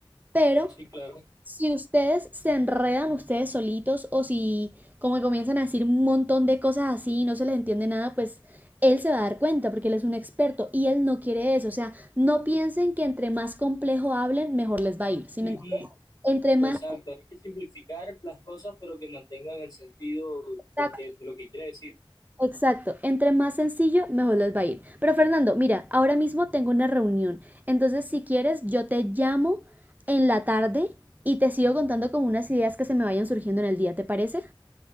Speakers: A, on the right; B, on the left.
A: Pero
B: sí, claro.
A: si ustedes se enredan ustedes solitos o si como que comienzan a decir un montón de cosas así y no se les entiende nada, pues él se va a dar cuenta porque él es un experto y él no quiere eso. O sea, no piensen que entre más complejo hablen, mejor les va a ir. ¿sí
B: Ujú,
A: me entienden? Entre más
B: Exacto, hay que simplificar las cosas, pero que mantengan el sentido
A: exacto,
B: pues, que, de lo que quiere decir.
A: exacto, entre más sencillo, mejor les va a ir. Pero Fernando, mira, ahora mismo tengo una reunión. Entonces, si quieres, yo te llamo en la tarde y te sigo contando con unas ideas que se me vayan surgiendo en el día, ¿te parece?